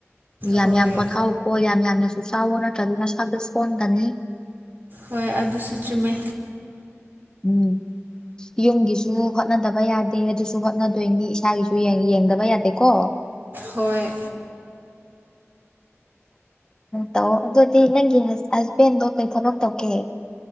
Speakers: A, on the left; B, on the right.
A: ꯌꯥꯝ
B: ꯍꯣꯏ
A: ꯌꯥꯝ ꯄꯣꯊꯥꯎꯈꯣ ꯌꯥꯝ ꯌꯥꯝꯅꯁꯨ ꯆꯥꯎꯒꯣ ꯅꯠꯇ꯭ꯔꯗꯤ ꯅꯁꯥꯗꯣ ꯁꯣꯟꯒꯅꯤ
B: ꯍꯣꯏ ꯑꯗꯨꯁꯨ ꯆꯨꯝꯃꯦ
A: ꯎꯝ ꯌꯨꯝꯒꯤꯁꯨ ꯍꯣꯠꯅꯗꯕ ꯌꯥꯗꯦ ꯑꯗꯨꯁꯨ ꯍꯣꯠꯅꯗꯣꯏꯅꯤ ꯏꯁꯥꯒꯤꯁꯨ ꯌꯦꯡ ꯌꯦꯡꯗꯕ ꯌꯥꯗꯦꯀꯣ
B: ꯍꯣꯏ
A: ꯇꯧꯑꯣ ꯑꯗꯨꯗꯤ ꯅꯪꯒꯤ ꯍꯁꯕꯦꯟꯗꯣ ꯀꯩ ꯊꯕꯛ ꯇꯧꯒꯦ